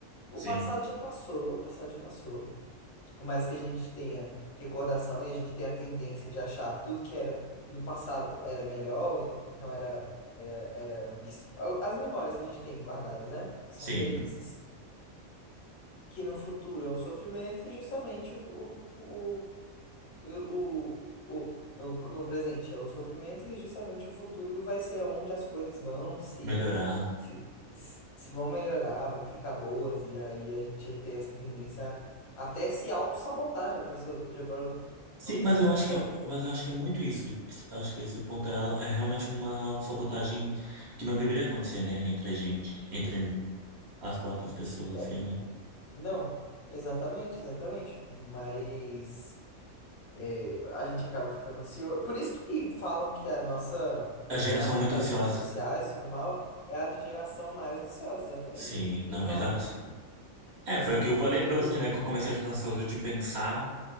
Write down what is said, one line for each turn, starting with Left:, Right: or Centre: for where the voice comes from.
Left: O
Right: sim,
Left: passado já passou, o passado já passou. Por mais que a gente tenha recordação e a gente tenha a tendência de achar tudo que era do passado era melhor, então era, era, era visto. a- As memórias que a gente tem guardadas, né? Que
Right: sim.
Left: são felizes. Que no futuro é o sofrimento e justamente o, o, o, o, o- no, no presente é o sofrimento e justamente o futuro vai ser onde as coisas vão se
Right: Melhorar.
Left: se, se vão melhorar, vão ficar boas, e aí a gente tem essa tendência a até se auto-sabotar, já pensou, já parou
Right: Sim,
Left: pra prestar
Right: mas eu
Left: atenção?
Right: acho que, é, mas eu acho que é muito isso. Acho que esse ponto é, é realmente uma autossabotagem que não deveria acontecer, né? Entre a gente, entre as próprias pessoas,
Left: É,
Right: assim, né?
Left: não, exatamente, exatamente, mas é, a gente acaba ficando ansioso, por isso que falam que a nossa,
Right: A geração
Left: graças
Right: muito
Left: às
Right: ansiosa.
Left: redes sociais e tudo mal, é a geração mais ansiosa, exatamente,
Right: Sim,
Left: o que
Right: não,
Left: eu ia falar,
Right: exato. É, foi o que eu falei pra
Left: pois
Right: você,
Left: é,
Right: né? Que eu comecei a ficar ansioso de pensar